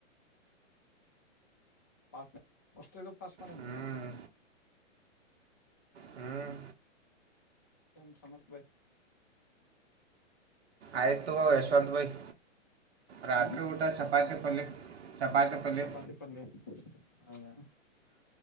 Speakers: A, on the left (about 15°); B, on the right (about 55°).
A: ಪಸ್ಟ್ರ ಪಸ್ ಮಣನ್ನಲ್ಲೇ
B: ಹ್ಮ್ ಹ್ಮ್
A: ಕ ಸಮರ್ಥ ಭಾಯ
B: ಆಯ್ತು ಯಶವತ್ ಭೈಿ ರಾತ್ರಿ
A: ಹ್ಮ್
B: ಊಟ ಚಪಾತಿ ಪಲಿ ಚಪಾತಿ ಪಲಿ
A: ಚಪಾತಿ ಪಲ್ಯ ಹೌದಾ